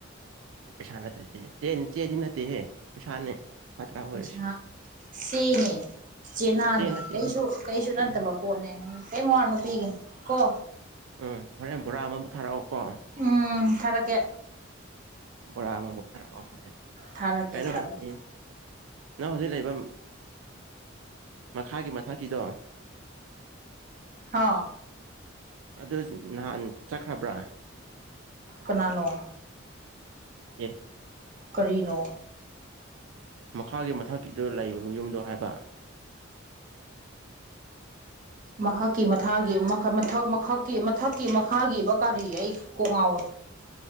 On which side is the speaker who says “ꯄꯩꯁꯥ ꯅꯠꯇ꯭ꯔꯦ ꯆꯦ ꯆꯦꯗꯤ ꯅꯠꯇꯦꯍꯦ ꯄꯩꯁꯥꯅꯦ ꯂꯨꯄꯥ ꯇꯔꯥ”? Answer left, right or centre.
Right